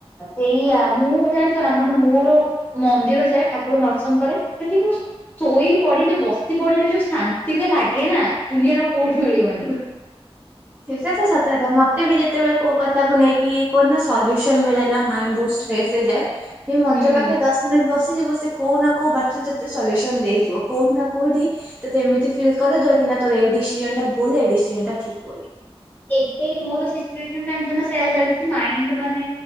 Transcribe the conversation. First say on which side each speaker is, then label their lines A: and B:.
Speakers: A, on the left; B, on the right.
A: ସେଇଆ ମୁଁ ଜାଣିଚ ନା ମାନେ ମୋର ମନ୍ଦିର ଯାଏ ଠାକୁର ନର୍ଶନ କରେ ସେଠି ମୁଁ ଶୋଇ ପଡିଲେ ବସି ପଡିଲେ ଯୋଉ ଶାନ୍ତି ଟା ଲାଗେ ନା ଦୁନିଆର କୋଉଠି ମିଳିବ।
B: ହୁଁ। ସେଇଟାତ ସତ କଥା ମତେ ବି ଯେତେବେଳେ କୋଉ କଥାକୁ ନେଇକି କଣ ନା ସଲ୍ୟୁସନ୍ ମିଳେ ନା ମାଇଣ୍ଡ ବହୁତ ଫ୍ରେସ୍ ହେଇଯାଏ ଏଇ ମନ୍ଦିର
A: ହୁଁ।
B: ପାଖରେ ଦଶ ମିନିଟ୍ ବସ ବସିଯିବ ସେ କଉଁ ନା କଉଁ ବାଟରେ ତତେ ସଲ୍ୟୁସନ୍ ଦେଇଯିବ କଉଁଠି ନା କଉଁଠି ତତେ ଏମିତି ଫିଲ୍ କରେଇଦେବେ କି ନା ତୋର ଏଇ ଡିସିଜନ ଟା ଭୁଲ ଏଇ ଡିସିଜନ ଟା ଠିକ୍ ବୋଲି।
A: ଏଇ ମୋର ସିଚୁଏସନ ଜାଣିଚ ନା ସେଇୟା ଚାଲିଚି ମାଇଣ୍ଡ ମାନେ